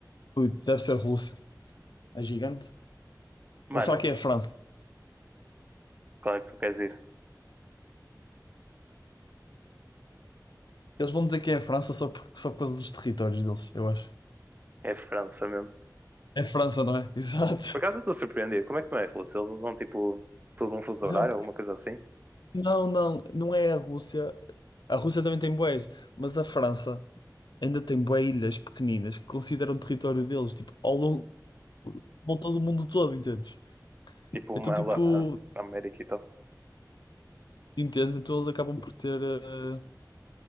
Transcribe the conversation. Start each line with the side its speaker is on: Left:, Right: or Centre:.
Left: Ui, deve ser a Rússia, é gigante.
Right: Mano,
Left: Ou será que é a França?
Right: Qual é que tu queres ir?
Left: Eles vão dizer que é a França só por, só por causa dos territórios deles, eu acho.
Right: É França mesmo.
Left: É França, não é? <laughs> Exato.
Right: Por acaso eu estou surpreendido. Como é que não é, Filipe? Se eles usam tipo todo um fuso
Left: Não,
Right: horário, alguma coisa assim?
Left: não, não, não é a Rússia. A Rússia também tem bués, mas a França ainda tem bué ilhas pequeninas que consideram território deles, tipo, ao longo, ao todo o mundo todo, entendes?
Right: Tipo
Left: Então,
Right: uma
Left: tipo,
Right: lá na na América e tal.
Left: entendes? Então eles acabam por ter, eh,